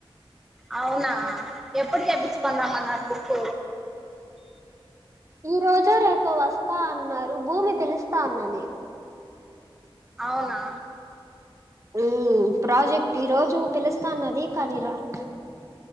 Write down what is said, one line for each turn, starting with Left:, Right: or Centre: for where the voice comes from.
Centre: అవునా ఎప్పుడు చేపించుకురమ్మన్నారు బుక్
Right: ఈ రోజో రేపో వస్తా అన్నారు భూమి పిలుస్తా వున్నది
Centre: అవునా
Right: ఉ ప్రాజెక్ట్ ఈ రోజు పిలుస్తాన్నది కానీ రాల